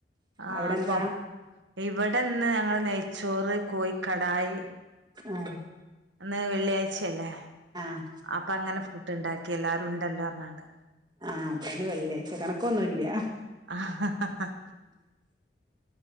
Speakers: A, on the right; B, on the right.
A: ആക്കോ
B: അവിടെ എന്താ
A: ഇവടെന്ന് ഞങ്ങ നെയ് ചോറ് കോയി കടായ്.
B: ആ
A: അന്ന് വെള്ളിയാഴ്ച്ചല്ലേ
B: ആഹ്
A: അപ്പങ്ങനെ ഫുഡ് ണ്ടാക്കിയെല്ലാ രുണ്ടല്ലോ ർഞ്ഞാണ്ട്
B: ആ പിന്നെ വെള്ളിയാഴ്ച കണക്കൊന്നുല്ല്യ
A: ആഹ്